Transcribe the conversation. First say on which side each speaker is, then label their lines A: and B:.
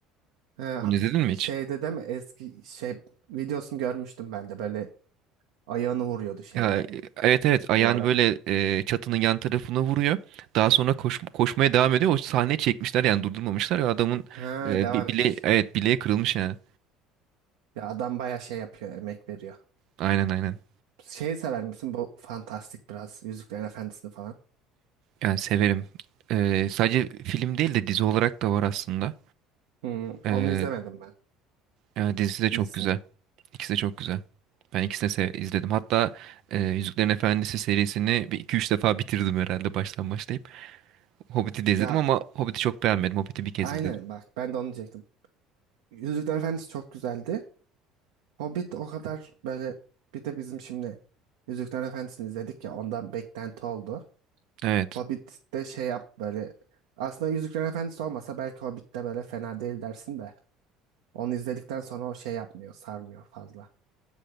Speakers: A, on the right; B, on the right.
A: Ee, ha-
B: Onu izledin mi
A: şeyde
B: hiç?
A: değil mi? Eski şey videosunu görmüştüm ben de. Böyle ayağını vuruyordu şeye
B: Ya e, evet evet ayağını
A: duvara.
B: böyle e, çatının yan tarafına vuruyor. Daha sonra koş, koşmaya devam ediyor. O sahneyi çekmişler yani durdurmamışlar. Ve adamın
A: Ha,
B: e,
A: devam
B: bi-
A: etmiş.
B: bile evet bileği kırılmış ya.
A: Ya adam baya şey yapıyor. Emek veriyor.
B: Aynen aynen.
A: Şeyi sever misin? Bu fantastik biraz. Yüzüklerin Efendisi'ni falan.
B: Yani severim. E, sadece film değil de dizi olarak da var aslında.
A: Hmm,
B: E,
A: onu izlemedim ben
B: yani dizisi de çok
A: dizisini.
B: güzel. İkisi de çok güzel. Ben ikisini de sev- izledim. Hatta e, Yüzüklerin Efendisi serisini bir iki üç defa bitirdim herhalde baştan başlayıp. Hobbit'i de izledim
A: Ya
B: ama Hobbit'i çok beğenmedim. Hobbit'i bir kez
A: aynen
B: izledim.
A: bak ben de onu diyecektim. Yüzüklerin Efendisi çok güzeldi. Hobbit o kadar böyle bir de bizim şimdi Yüzüklerin Efendisi'ni izledik ya ondan beklenti oldu.
B: Evet.
A: Hobbit'te şey yap böyle aslında Yüzüklerin Efendisi olmasa belki Hobbit'te böyle fena değil dersin de onu izledikten sonra o şey yapmıyor sarmıyor fazla.